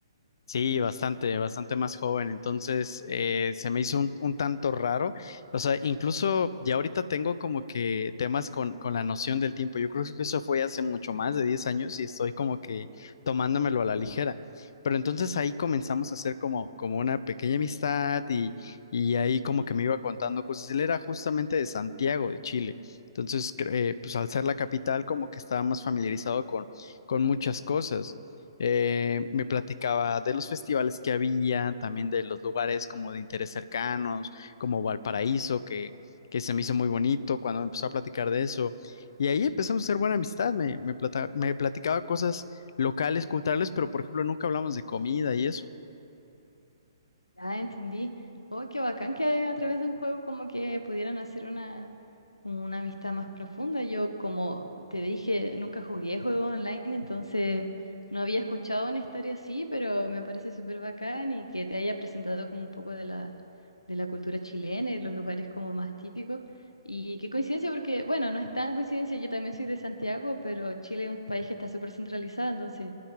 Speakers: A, on the left; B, on the left.
A: Sí, bastante, bastante más joven. Entonces, eh, se me hizo un, un tanto raro. O sea, incluso ya ahorita tengo como que temas con, con la noción del tiempo. Yo creo que eso fue hace mucho más de 10 años y estoy como que tomándomelo a la ligera. Pero entonces ahí comenzamos a hacer como, como una pequeña amistad y, y ahí como que me iba contando cosas. Él era justamente de Santiago, de Chile. Entonces, cre- eh, pues al ser la capital, como que estaba más familiarizado con, con muchas cosas. Eh, me platicaba de los festivales que había, también de los lugares como de interés cercanos, como Valparaíso, que, que se me hizo muy bonito cuando me empezó a platicar de eso. Y ahí empezamos a hacer buena amistad, me, me, plata- me platicaba cosas locales, culturales, pero por ejemplo nunca hablamos de comida y eso.
B: Ya entendí. Oh, qué bacán que a través de un juego como que pudieran hacer una, como una amistad más profunda. Yo, como te dije, nunca jugué juego online, entonces no había escuchado una historia así, pero me parece súper bacán y que te haya presentado como un poco de la, de la cultura chilena y los lugares como más típicos. Y qué coincidencia, porque bueno, no es tan coincidencia, yo también soy de Santiago, pero Chile es un país que está súper centralizado, entonces